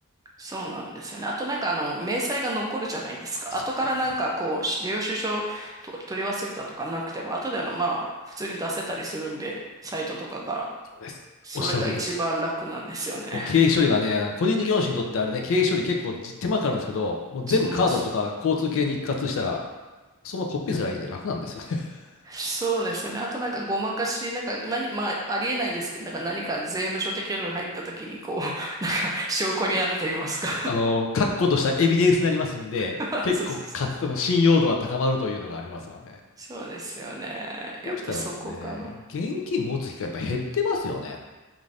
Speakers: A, on the right (about 15°); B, on the left (about 60°).
A: そうなんですよね。あとなんかあの、明細が残るじゃないですか。
B: そうなんです。
A: 後からなんかこう、し領収書と取り忘れたとかなくても、後であの、まあ、普通に出せたりするんで、サイトとかから。
B: そうです。
A: それが一番楽なんですよね。
B: おっしゃる通りです。もう経費処理がね、個人事業主にとってあれね、経費処理結構じ手間かかるんですけど、もう全部カードとか交通系に一括したら、
A: そうなんですよ。うん
B: そのままコピーすればいいんで楽なんですよね。<laughs>
A: そうですよね。あとなんかごまかし、なんか何、まあ、ありえないんですけど、なんか何か税務署的なのが入った時にこう、<laughs> なんか証拠になると言いますか。
B: あの、確固としたエビデンスになりますんで、
A: <laughs>
B: 結構かつての信用度は高まるというのがありますわね。
A: そうそうそう。そうですよね。やっぱそこかな。
B: そうしたらもうね、現金持つ機会やっぱ減ってますよね。